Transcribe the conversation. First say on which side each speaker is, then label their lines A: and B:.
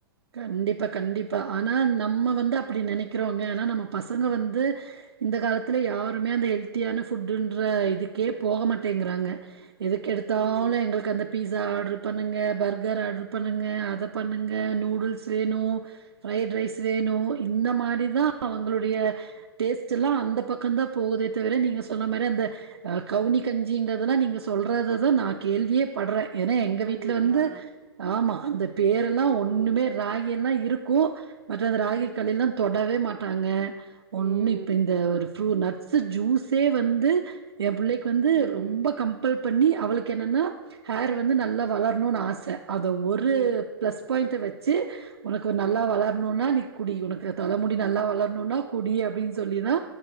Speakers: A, on the right; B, on the right.
A: கண்டிப்பா கண்டிப்பா ஆனா நம்ம வந்து அப்படி நெனைக்கிறோங்க ஆனா நம்ம பசங்க வந்து இந்த காலத்துல யாருமே அந்த ஹெல்த்தியான ஃபுட்டுன்ற இதுக்கே போக மாட்டேங்குறாங்க எதுக்கு எடுத்தாலு
B: ம்
A: எங்களுக்கு அந்த பீஸ் சா ஆடரு பண்ணுங்க பர்கர் ஆர்டரு பண்ணுங்க அத பண்ணுங்க நூ டுல்ஸ் வேணு ஃப்ரைட் ரைஸ் வேணு இந்த மாரி தா அவங்களுடைய டேஸ்ட் எல்லா அந்த பக்கம் தா போகுதே தவிர நீங்க சொன்ன மாரி அந்த கவுனி கஞ்சிங்கிறதெல்லா நீங்க சொல்றத தா நா கேள்வியே படுறே ஏன்னா எங்க
B: அப்டிங்களா
A: வீட்டுல வந்து ஆமா அந்த பேரெல்லா
B: ம்
A: ஒண்ணுமே ராகி எல்லா இருக்கு பட் அந்த ராகி
B: ம்
A: கலிலா தொடவே மாட்டாங்க ஒன்னு
B: ம்
A: இப்ப இந்த ஒரு ரு நட்ஸு ஜூஸே வந்து எ பிள்ளைக்கு வந்து
B: ம்
A: ரொம்ப கம்பல் பண்ணி அவளுக்கு என்னன்னா ஹேர் வந்து நல்லா வளரணுனு ஆச அத ஒரு
B: ம்
A: பிளஸ் பாயிண்ட்டு வெ ச்சு உனக்கு ஒரு நல்லா வளரணுன்னா நீ குடி உனக்கு தலைமுடி நல்லா வளரணுனா குடி அப்டின்னு சொல்லிதா